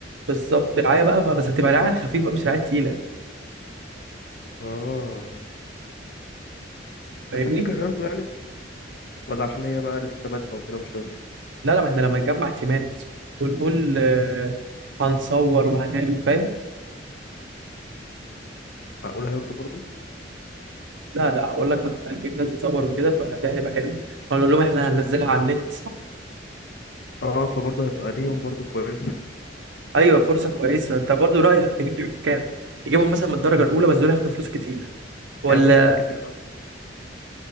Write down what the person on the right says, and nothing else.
بالظبط رعايه بقى بقى بس هتبقى رعايه خفيفه بقى مش رعايه تقيله
فاهمني؟
لا لا ما احنا لما نجمع تيمات ونقول آه، هنصور وهنعمل فاهم؟
لا لا اقول لك هنجيب ناس تصور وكده فده هيبقى حلو هنقول لهم احنا هننزلها على النت
ايوه فرصه كويسه انت برضه رايك نجيب لي حكام نجيبهم مثلا من الدرجه الاولى بس دول هياخدوا فلوس كتير ولا